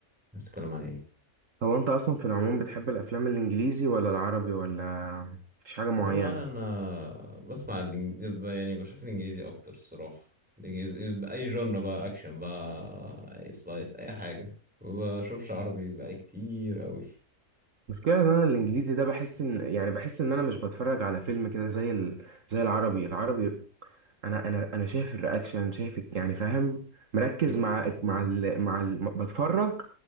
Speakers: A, in the centre; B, on the right.
A: عايز تتكلم عن ايه
B: هو انت اصلا في العموم بتحب الافلام الانجليزي ولا العربي ولا مفيش حاجه معينه
A: والله انا بسمع الإنج... ب- يعني بشوف الانجليزي اكتر الصراحه الإنجليزي... باي جنر بقى اكشن بقى أي سلايس اي حاجه ما بشوفش عربي بقالي كتير قوي
B: المشكله ان انا الانجليزي ده بحس ان يعني بحس ان انا مش بتفرج على فيلم كده زي ال... زي العربي العربي انا انا انا شايف الرياكشن شايف يعني فاهم مركز
A: انت
B: مع مع
A: مم.
B: ال مع ال بتفرج